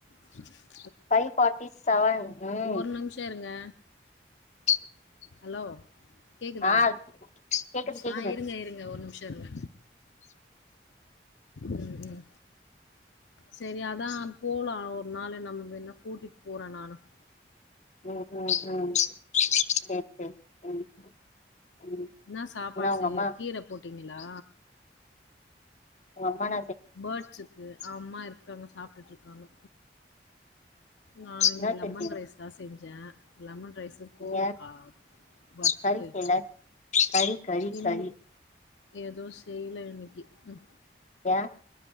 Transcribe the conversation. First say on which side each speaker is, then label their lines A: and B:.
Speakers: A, on the left (about 80°); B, on the left (about 40°).
A: <inaudible>
B: பைவ் ஃபார்ட்டி செவன் உம்.
A: ஒரு நிமிஷோ இருங்க
B: <inaudible>
A: ஹலோ. கேக்குதா
B: ஆ கேக்குது கேக்குது
A: ஆஹ இருங்க இருங்க ஒரு நிமிஷோ இருங்க. உம் உம் சரி அதான் போலாம் ஒரு நாள் நம்ம வேனா கூட்டிட்டு போறேன் நானும்
B: உம் உஹம் உம் ஹ சரி ம் ம்
A: நான் சாப்பாடுசெஞ்
B: என்ன உங்க அம்மா
A: கீர போட்டீங்களா
B: உங்க அம்மான
A: ஃபேர்ட்ஸுக்கு ஆ அம்மா இருக்கு இருக்கங்க சாப்பிட்டுட்டு இருக்காங்க நான் இன்னைக்கு
B: என்ன
A: லெமன்
B: செஞ்சீங்க
A: ரைஸ் தான் செஞ்சேன் லெமன் ரைஸ் கோவக்கா
B: நீங்க
A: வத்துட்டு
B: கறி செய்யல கறி கறி
A: இரு
B: கறி
A: ஏதோ செய்யல இன்னைக்கு உ
B: ஏன்